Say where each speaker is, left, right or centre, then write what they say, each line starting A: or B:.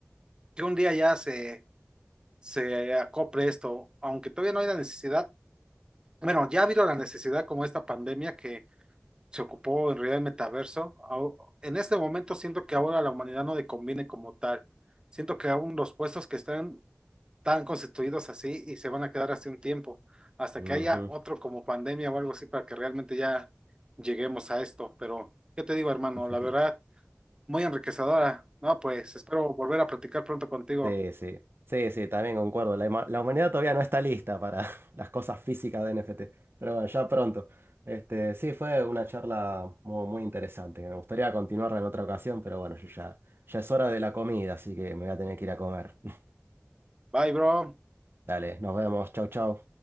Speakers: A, on the right; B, on the right.
A: que un día ya se, se acople esto, aunque todavía no hay la necesidad. Bueno, ya ha habido la necesidad como esta pandemia que se ocupó en realidad el metaverso. Au- En este momento siento que ahora a la humanidad no le conviene como tal. Siento que aún los puestos que están tan constituidos así y se van a quedar así un tiempo, hasta
B: Mm,
A: que haya
B: ujú.
A: otro como pandemia o algo así para que realmente ya lleguemos a esto. Pero, ¿qué te digo, hermano?
B: <laughs>
A: La verdad. Muy enriquecedora. No, pues espero volver a platicar pronto contigo.
B: Sí, sí, sí, sí, también concuerdo. La, huma- la humanidad todavía no está lista para <laughs> las cosas físicas de NFT, pero bueno, ya pronto. Este, sí, fue una charla muy, muy interesante. Me gustaría continuarla en otra ocasión, pero bueno, yo ya, ya es hora de la comida, así que me voy a tener que ir a comer. <laughs>
A: Bye, bro.
B: Dale, nos vemos. Chau, chau.